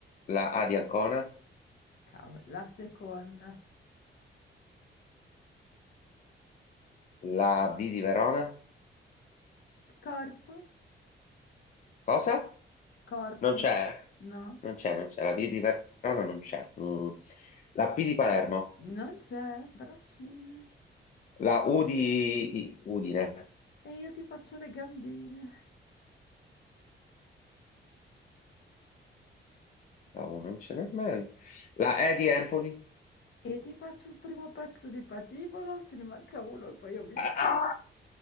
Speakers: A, on the left (about 40°); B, on the left (about 60°).
A: La A di Ancona?
B: Cavolo, la seconda.
A: La V di Verona?
B: Corpo,
A: Cosa?
B: corpo.
A: Non c'è,
B: No,
A: non c'è, non c'è. La V di Verona non c'è. Mm. La P di Palermo,
B: non c'è. Braccine.
A: la U di I- Udine,
B: E io ti faccio le gambine.
A: la U non c'è nemmeno. La E di Empoli,
B: E ti faccio il primo pezzo di patibolo. Ce ne manca uno e poi ho vinto.
A: Ah!